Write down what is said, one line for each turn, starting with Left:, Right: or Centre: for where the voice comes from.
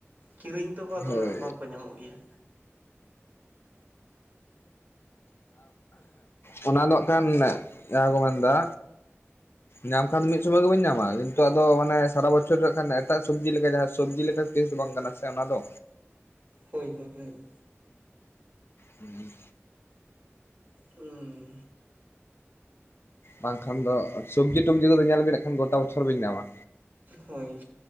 Right: ᱠᱤᱨᱤᱧ ᱛᱮᱦᱚᱸ ᱟᱫᱚ
Left: ᱦᱳᱭ
Right: ᱱᱟᱦᱽ ᱵᱟᱝᱠᱚ ᱧᱟᱢᱚᱜ ᱜᱮᱭᱟ
Left: ᱦᱩᱸ ᱚᱱᱟ ᱫᱚ ᱦᱟᱸᱜᱠᱷᱟᱱ ᱡᱟᱦᱟᱸ ᱠᱚ ᱢᱮᱱ ᱫᱟ ᱧᱟᱢ ᱠᱷᱟᱱ ᱫᱚ ᱢᱤᱫ ᱥᱚᱢᱚᱭ ᱜᱮᱵᱚᱱ ᱧᱟᱢ ᱟ ᱠᱤᱱᱛᱩ ᱟᱫᱚ ᱦᱟᱱᱮ ᱥᱟᱨᱟ ᱵᱚᱪᱷᱚᱨ ᱨᱮ ᱦᱟᱸᱜᱠᱷᱟᱱ ᱮᱴᱟᱜ ᱥᱚᱵᱽᱡᱤ ᱞᱮᱠᱟ ᱡᱟᱦᱟᱸ ᱥᱚᱵᱽᱡᱤ ᱞᱮᱠᱟ ᱛᱤᱥ ᱫᱚ ᱵᱟᱝ ᱠᱟᱱᱟ ᱥᱮ ᱚᱱᱟ ᱫᱚ
Right: ᱦᱳᱭ ᱦᱳᱭ ᱦᱳᱭ
Left: ᱦᱩᱸ
Right: ᱦᱩᱸ
Left: ᱵᱟᱝᱠᱷᱟᱱ ᱫᱚ ᱥᱚᱵᱽᱡᱤ ᱴᱚᱵᱡᱤ ᱠᱚᱫᱚ ᱧᱮᱞ ᱵᱮᱱ ᱦᱟᱸᱠᱷᱟᱱ ᱜᱚᱴᱟ ᱵᱚᱪᱷᱚᱨ ᱵᱤᱱ ᱧᱟᱢ ᱟ
Right: ᱦᱳᱭ